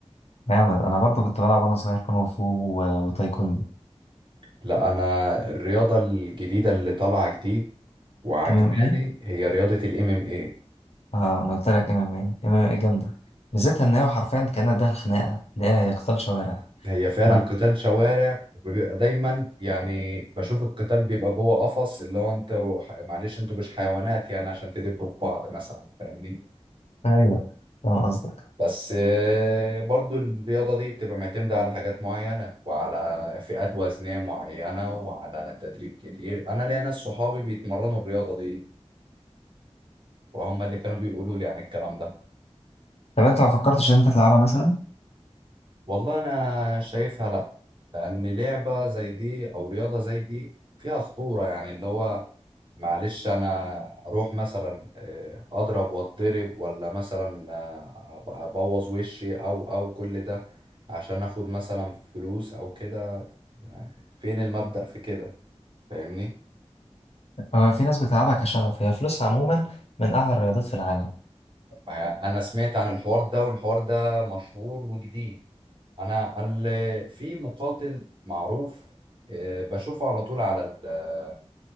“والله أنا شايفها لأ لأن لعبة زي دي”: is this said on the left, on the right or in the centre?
Right